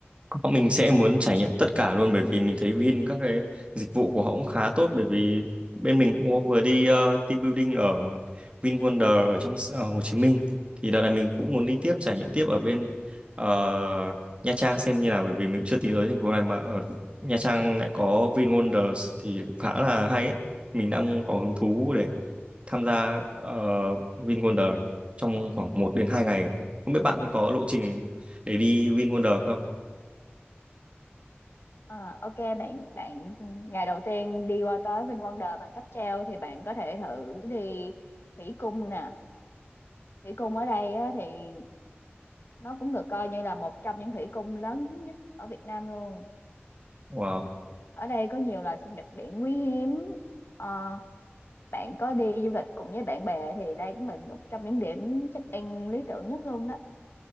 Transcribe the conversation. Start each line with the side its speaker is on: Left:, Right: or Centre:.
Right: mình sẽ muốn trải nghiệm tất cả luôn bởi vì mình thấy Vin các cái dịch vụ của họ cũng khá tốt bởi vì bên mình cũng vừa đi ờ, team building ở VinWonder ở trong ở Hồ Chí Minh thì đợt này mình cũng muốn đi tiếp trải nghiệm tiếp ở bên ờ, Nha Trang xem như nào bởi vì mình chưa tính tới thành phố này mà ở Nha Trang lại có VinWonders thì cũng khá là hay ấy. Mình đang có hứng thú để tham gia ờ, VinWonder trong khoảng một đến 2 ngày. Không biết bạn có lộ trình để đi VinWonder không?
Left: à, ok bạn bạn ừ, ngày đầu tiên đi qua tới VinWonders bằng cáp treo thì bạn có thể thử đi thủy cung nè thủy cung ở đây á, thì nó cũng được coi như là một trong những thủy cung lớn nhất ở Việt Nam luôn
Right: Wow.
Left: ở đây có nhiều loài sinh vật biển quý hiếm Ờ, bạn có đi du lịch cùng với bạn bè thì đây cũng là một trong những điểm check in lý tưởng nhất luôn đó